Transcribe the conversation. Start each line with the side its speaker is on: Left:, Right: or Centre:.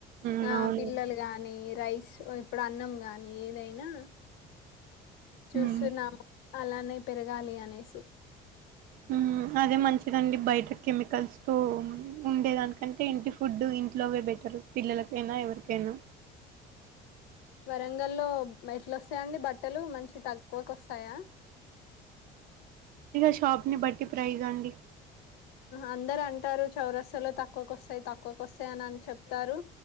Right: ఉమ్
Left: ఆ
Right: అవునండి
Left: పిల్లలు గాని రైస్ ఇప్పుడు అన్నం గానీ ఏదైనా చూస్తున్నాం
Right: ఉమ్
Left: అలానే పెరగాలి అనేసి
Right: హ్మ్ అదే మంచిదండి బయట కెమికల్స్ తో ఉండేదానికంటే ఇంటి ఫుడ్ ఇంట్ ట్లోవే బెటరు పిల్లలకైనా ఎవరికైనా
Left: వరంగల్లో ఎట్ల వస్తాయండి బట్టలు మంచి తక్కువకోస్తాయా
Right: ఇగ షాప్నీ బట్టి ప్రైస్ అండి
Left: అందరు అంటారు చౌరస్తాలో తక్కువకోస్తాయి తక్కువకోస్తాయి అని అని చెప్తారు